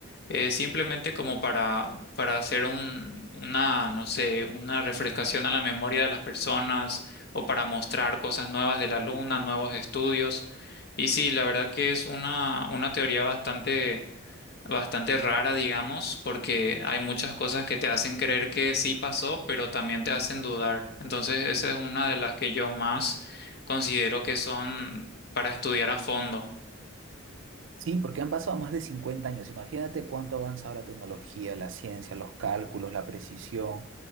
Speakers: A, on the left; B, on the right.
A: eh, simplemente como para, para hacer un, una, no sé, una refrescación a la memoria de las personas o para mostrar cosas nuevas de la luna, nuevos estudios. Y sí, la verdad que es una, una teoría bastante, bastante rara, digamos, porque hay muchas cosas que te hacen creer que sí pasó, pero también te hacen dudar. Entonces, esa es una de las que yo más considero que son para estudiar a fondo.
B: Sí, porque han pasado más de 50 años. Imagínate cuánto ha avanzado la tecnología, la ciencia, los cálculos, la precisión.